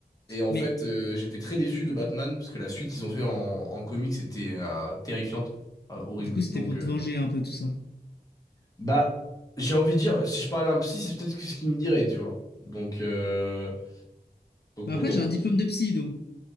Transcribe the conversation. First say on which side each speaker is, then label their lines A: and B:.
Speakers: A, on the left; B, on the left.
A: Et en
B: Mais
A: fait, euh, j'étais très déçu de Batman, parce que la suite qu'ils ont fait en, en comics était euh, terrifiante, euh, horrible.
B: du coup, c'était
A: Donc,
B: pour
A: euh,
B: te venger un peu tout ça.
A: bah, j'ai envie de dire, si je parlais à un psy, c'est peut-être ce qu'il me dirait, tu vois. Donc, euh, donc
B: Bah
A: peut-être.
B: après, j'ai un diplôme de psy, donc.